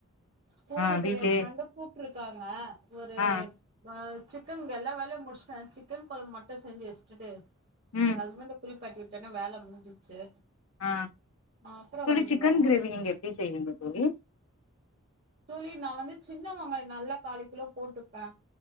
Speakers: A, on the right; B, on the left.
A: போனு
B: ஆ
A: தோழி
B: வீட்லயே
A: எ ஃப்ரெண்டு கூப்ட்ருக்காங்க ஒரு
B: ஆ
A: அ சிக்கன் எல்லா வேலயு முஷ்ட்ட சிக்கன் கொழம்பு மட்டு செஞ்சு வச்டுடு
B: ம்
A: எங்க ஹஸ்பண்ட குளிப்பாட்டி விட்டன்னா வேல முடிஞ்சிச்சு
B: ஆ
A: அப்றோ
B: தோழி
A: வந்துருவாங்க
B: சிக்கன் கிரேவி நீங்க எப்டி செய்வீங்க தோழி
A: தோழி நா வந்து சின்னவங்காயோ நல்லா காலுக்கிலோ போட்டுப்ப